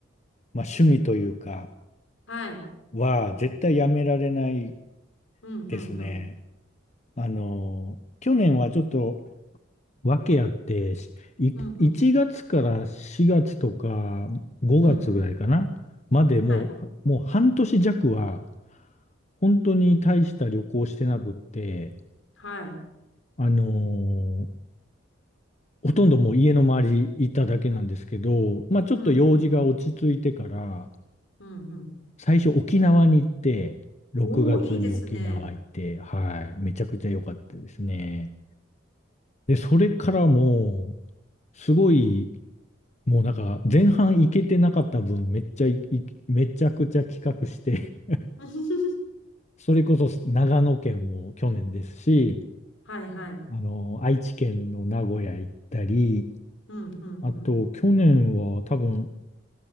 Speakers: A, on the left; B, on the left.
A: まあ趣味というか、
B: はい。
A: は絶対やめられない
B: うん、
A: ですね。
B: うん、うん。
A: あの、去年はちょっとわけあって、しい1月から4月とか5月ぐらいかな、
B: うん、うん、うん、うん。
A: までもう、
B: はい。
A: もう半年弱は、本当に大した旅行してなくって、
B: はい。
A: あのーほとんどもう家の周りいただけなんですけど、まあちょっと用事が落ち着いてから、
B: うん、うん、うん。うん、うん。
A: 最初沖縄に行って、6月に沖縄行って、
B: おー、いいですね。
A: はい、めちゃくちゃ良かったですね。で、それからもう、すごい、もうなんか前半いけてなかった分めっちゃいいめちゃくちゃ企画して
B: <laughs>
A: <laughs> それこそ長野県も去年ですし、
B: はい、はい。
A: あの、愛知県の名古屋行ったり、
B: うん、うん、
A: あと去年は多分
B: うん。